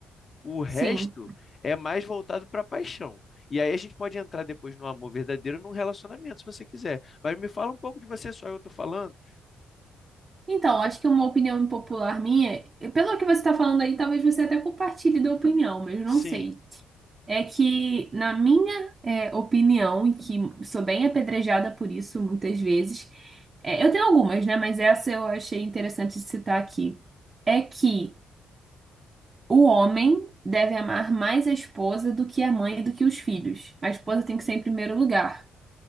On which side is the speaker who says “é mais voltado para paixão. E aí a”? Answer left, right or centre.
Left